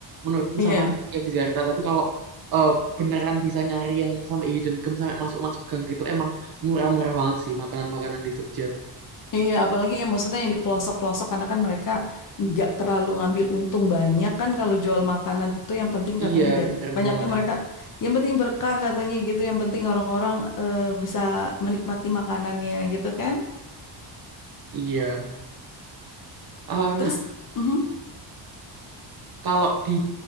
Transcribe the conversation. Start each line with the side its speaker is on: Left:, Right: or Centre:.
Right: menurutku
Left: Iya.
Right: sama yang di Jakarta. Tapi kalau eh, beneran bisa nyari yang sama hidden gem sampai masuk-masuk gang gitu emang murah-murah banget sih makanan-makanan di Jogja.
Left: Iya, apalagi ya maksudnya yang di pelosok-pelosok karena kan mereka nggak terlalu ngambil untung banyak kan kalau jual makanan tuh yang penting
Right: Iya,
Left: katanya bia-
Right: bener
Left: banyaknya
Right: banget.
Left: mereka yang penting berkah katanya gitu, yang penting orang-orang eh, bisa menikmati makanannya gitu kan.
Right: Iya. Eh,
Left: Terus, mhm.
Right: Kalau di